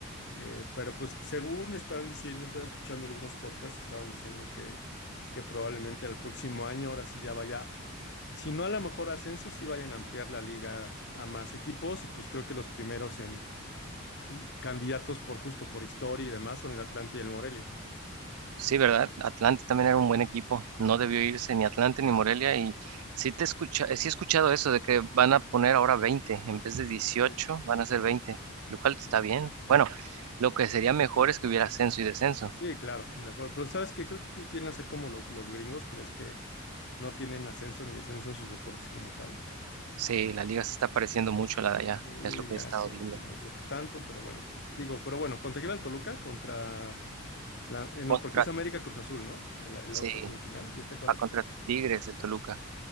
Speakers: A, on the left; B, on the right.
A: Eh, pero pues según estaban diciendo, estaba escuchando algunos podcasts, estaban diciendo que, que probablemente al próximo año, ahora sí ya vaya, si no a lo mejor ascenso, sí vayan a ampliar la liga a más equipos y pues creo que los primeros en l- candidatos por justo por historia y demás son el Atlante y el Morelia.
B: sí, ¿verdad? Atlante también era un buen equipo. No debió irse ni Atlante ni Morelia. Y sí, te escucha, eh, sí he escuchado eso de que van a poner ahora 20 en vez de 18,
A: Sí.
B: van a ser 20, lo cual está bien. Bueno, lo que sería mejor es que hubiera ascenso y descenso.
A: Sí, claro, de acuerdo. Pero sabes que creo que quieren hacer como los, los gringos, que ves que no tienen ascenso ni descenso en sus deportes como tal.
B: Sí, la liga se está pareciendo mucho a la de allá,
A: Y
B: es lo que
A: ya
B: he estado
A: eso
B: viendo.
A: no me gusta tanto, pero bueno, pues digo, pero bueno, contra quién va el Toluca, contra... La- eh, no,
B: Contra,
A: porque es América Cruz Azul, ¿no? El, el
B: sí,
A: otra semifinal. ¿Y esta cuál
B: va
A: es?
B: contra
A: ¿También se fue?
B: Tigres,
A: aquí?
B: el Toluca.